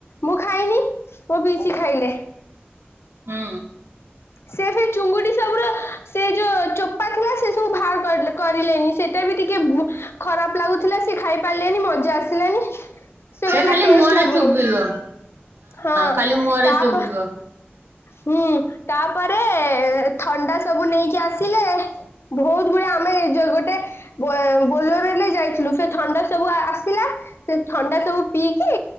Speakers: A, on the left; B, on the right.
A: ମୁଁ ଖାଇନି ମୋ ପିସି ଖାଇଲେ।
B: ହୁଁ।
A: ସେ ସେ ଚୁଙ୍ଗୁଡି ସବୁ ର ସେ ଯୋଉ ଚୋପା ଥିଲା ସେ ସବୁ ବାହାର କରଲ କରିଲେନି ସେଇଟା ବି ଟିକ କେ ବୁ ଖରାପ ଲାଗୁଥିଲା ସେ ଖାଇପାରିଲେନି ମଜା ଆସିଲାନି ସେ କହିଲେ
B: ଖାଲି
A: ଗଲେ ଟେଷ୍ଟ
B: ମୁହଁରେ
A: ଲାଗୁନି
B: ଚୋବେଇବ।
A: ହଁ
B: ଖାଲି ମୁହଁରେ
A: ତାପ
B: ଚୋବେଇବ।
A: ହୁଁ ତାପରେ। ଥଣ୍ଡା ସବୁ ନେଇକି ଆସିଲେ। ବହୁତ ଭୁଳିଆ ଆମେଉ ଗୋଟେ ବୋଲେରୋରେ ଯାଇଥିଲୁ ସେ ଥଣ୍ଡା ସବୁ ଆସିଲା ସେ ଥଣ୍ଡା ସବୁ ପିଇକି